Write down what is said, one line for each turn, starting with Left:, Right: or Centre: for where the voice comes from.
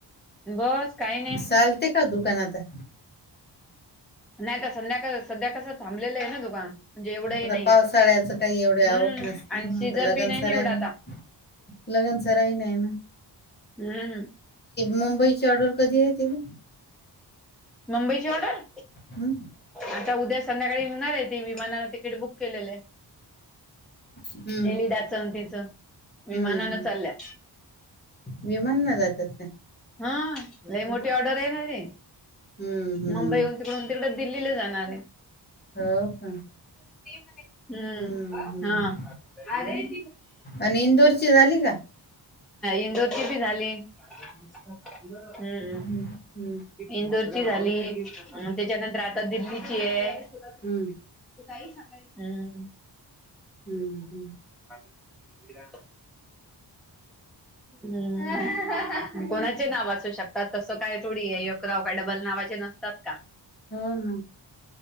Centre: बस काही नाही.
Left: चालते का दुकान आता?
Centre: नाही तर संध्याकाळ संध्या कसं थांबलेलं आहे ना दुकान म्हणजे एवढंही
Left: आता
Centre: नाही.
Left: पावसाळ्याच काही एवढे
Centre: हम्म
Left: आवक नसतं
Centre: आणि सीझन
Left: ना आता लग्न
Centre: बी नाही
Left: सराय
Centre: एवढा
Left: ना.
Centre: आता
Left: लगन सराही नाही ना.
Centre: हम्म.
Left: मुंबईची ऑर्डर कधी येतील?
Centre: मुंबईची ऑर्डर
Left: हम्म
Centre: आता उद्या संध्याकाळी येणार आहे ती विमानानें तिकीट बुक केलेलं आहे.
Left: हम्म
Centre: एलिडाचान तिचं
Left: हम्म
Centre: विमानानं
Left: हम्म
Centre: चालल्या.
Left: विमान नं जातात काय?
Centre: हा लई मोठी ऑर्डर आहे न रे
Left: हम्म हम्म
Centre: मुंबई तिकडून तिकडं दिल्लीला जाणार आहे.
Left: हो का.
Centre: हम्म
Left: हम्म
Centre: हा.
Left: हम्म
Centre: नाय
Left: आणि इंदोरची झाली का
Centre: इंदोरची बी झाली. हम्म.
Left: हम्म हम्म
Centre: इंदोरची झाली त्याच्यानंतर आता दिल्लीची आहे.
Left: हम्म.
Centre: ते काही सांगाल हम्म.
Left: हम्म हम्म.
Centre: <unintelligible> हम्म कोणाचे नावं अशू शकतात तसं काय थोडी आहे एकराव काय डबल नावाचे नसतात का.
Left: हो ना.